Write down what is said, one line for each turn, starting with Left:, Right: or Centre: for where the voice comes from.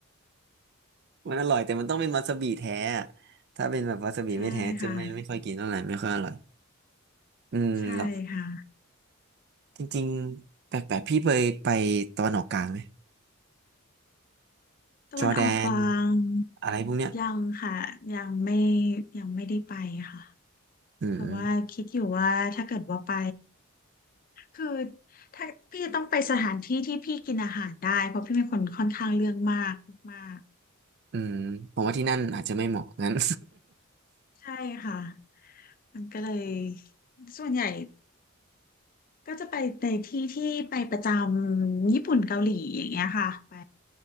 Right: <laughs> มันอร่อยแต่มันต้องเป็นวาซาบิแท้อะถ้าเป็นแบบวาซาบิไม่แท้จะไม่ไม่ค่อยกินเท่าไหร่ไม่ค่อยอร่อย
Left: ใช่ค่ะ
Right: อืมแล้ว
Left: ใช่ค่ะ
Right: จริงๆแปลกๆพี่เคยไปตะวันออกกลางไหม
Left: ตะวันออกกลาง
Right: จอร์แดนอะไรพวกเนี้ย
Left: ยังค่ะยังไม่ยังไม่ได้ไปค่ะ
Right: อืม
Left: เพราะว่าคิดอยู่ว่าถ้าเกิดว่าไปคือถ้าพี่จะต้องไปสถานที่ที่พี่กินอาหารได้เพราะพี่เป็นคนค่อนข้างเรื่องมากมาก
Right: อืมผมว่าที่นั่นอาจจะไม่เหมาะงั้น
Left: ๆใช่ค่ะมันก็เลยส่วนใหญ่ ก็จะไปในที่ที่ไปประจำญี่ปุ่นเกาหลีอย่างเงี้ยค่ะไป